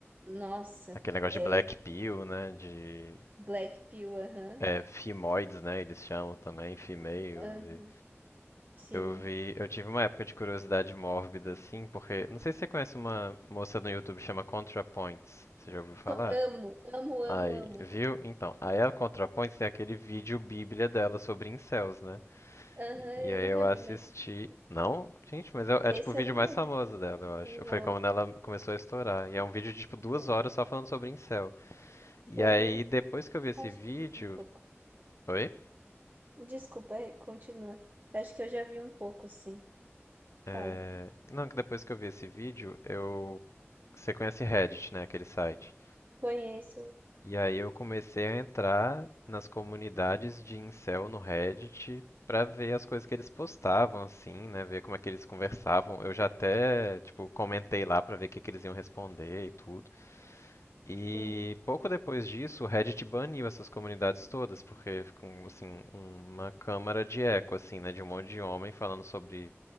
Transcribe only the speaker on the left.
Aquele negócio
de black pill, né, de...
É, femoides, né, eles chamam também, females
e...
Eu vi, eu tive uma época de curiosidade mórbida, assim, porque não sei se você conhece uma moça no YouTube que chama ContraPoints. Você já ouviu falar?
Aí,
viu? Então, aí a ContraPoints tem aquele vídeo bíblia dela sobre incels, né?
E aí
eu assisti.
Não? Gente, mas é, é
tipo o vídeo
mais famoso
dela, eu acho.
Foi quando ela começou a estourar. E é um vídeo de tipo duas
horas só falando sobre incel. E
aí depois que eu vi esse
vídeo.
Oi?
É...
Não, que depois que eu vi esse vídeo, eu. Você conhece Reddit, né? Aquele site.
E aí eu comecei a entrar nas comunidades de incel no Reddit pra ver as coisas que eles postavam, assim, né? Ver como é que eles conversavam. Eu já até, tipo, comentei lá pra ver o que que eles iam responder e tudo. E
pouco depois disso, o Reddit baniu essas comunidades todas, porque ficou, assim, uma câmara de eco, assim, né? De um monte de homem falando sobre